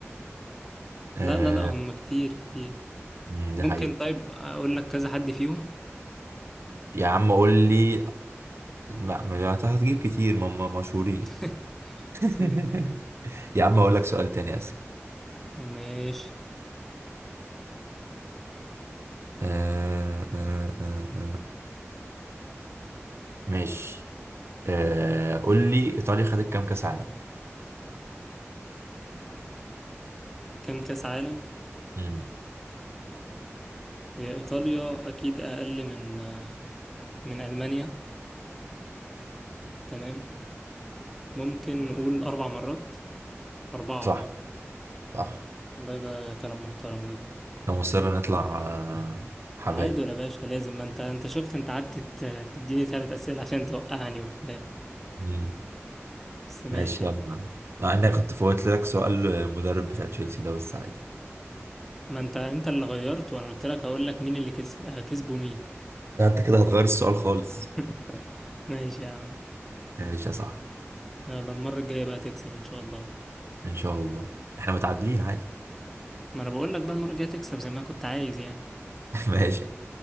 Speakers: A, on the right; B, in the centre.
A: آه
B: لا لا لا هم كتير كتير
A: مم، ده
B: ممكن
A: حقيقي
B: طيب اقول لك كذا حد فيهم
A: يا عم قول لي ما ما أنت هتجيب كتير ما هم مشهورين
B: <laughs>
A: <laughs>
B: ماشي
A: يا عم أقول لك سؤال تاني أسهل
B: ماشي.
A: آه آه آه آه. ماشي آه قول لي إيطاليا خدت كام كأس عالم
B: كم كاس عالم
A: مم.
B: هي ايطاليا اكيد اقل من آه، من المانيا تمام ممكن نقول اربع مرات اربعة
A: صح
B: اه
A: صح
B: والله ده كلام محترم جدا
A: أنا مصر نطلع آه حبايب
B: تعادل يا باشا لازم ما انت انت شفت انت قعدت ت- تديني ثلاث اسئله عشان توقعني وبتاع
A: مم.
B: بس ماشي
A: ماشي
B: يا
A: يلا
B: عم
A: مع إني كنت فوت لك سؤال المدرب بتاع تشيلسي ده بس عادي
B: ما انت انت اللي غيرت وانا قلت لك هقول لك مين اللي كس... آه، كسبه مين
A: لا انت كده هتغير السؤال خالص
B: <laughs> ماشي يا عم
A: ماشي يا صاحبي
B: يلا المره الجايه بقى تكسب ان شاء الله
A: ان شاء الله احنا متعادلين عادي
B: ما انا بقول لك بقى المره الجايه تكسب زي ما كنت عايز يعني
A: <laughs> ماشي